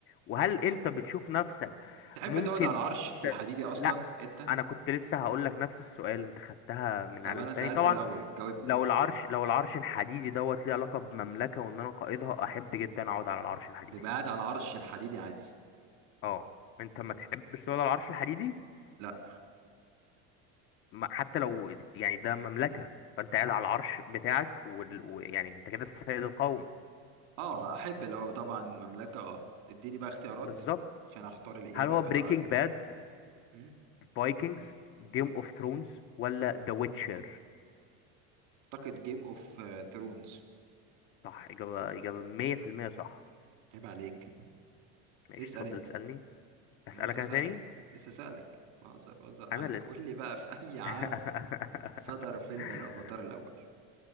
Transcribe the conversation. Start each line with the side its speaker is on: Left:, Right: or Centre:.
Left: وهل
Right: تت-
Left: انت بتشوف نفسك
Right: تحب
Left: ممكن
Right: تقعد على العرش الحديدي
Left: ت...
Right: اصلا
Left: لا
Right: انت
Left: انا كنت لسه هقول لك نفس السؤال انت خدتها من
Right: طب
Left: على
Right: انا
Left: لساني
Right: سألت
Left: طبعا
Right: الاول جاوبني
Left: لو العرش لو العرش الحديدي دوت ليه علاقه بمملكه وان انا قائدها احب جدا اقعد على العرش الحديدي
Right: تبقى قاعد على عرش الحديدي عادي
Left: اه انت ما تحبش تقعد على العرش الحديدي
Right: لا
Left: ما- حتى لو يعني ده مملكه فانت قاعد على العرش بتاعك وال- ويعني انت كده سيد القوم
Right: اه اه احب لو طبعا مملكة اه اديني بقى اختيارات
Left: بالظبط
Right: عشان اختار الاجابة
Left: هل هو
Right: في
Left: بريكنج
Right: الع...
Left: باد
Right: مم.
Left: فايكنجز جيم اوف ثرونز ولا ذا ويتشر
Right: اعتقد جيم اوف ثرونز
Left: صح اجابه اجابه 100% صح
Right: عيب عليك
Left: ماشي
Right: اسأل
Left: اتفضل
Right: انت
Left: اسالني اسالك
Right: انا لسه
Left: انا
Right: سألك
Left: تاني
Right: لسه سألك بهزر بهزر معاك
Left: انا اللي
Right: قول لي بقى في اي عام
Left: <laughs>
Right: صدر فيلم الافاتار الاول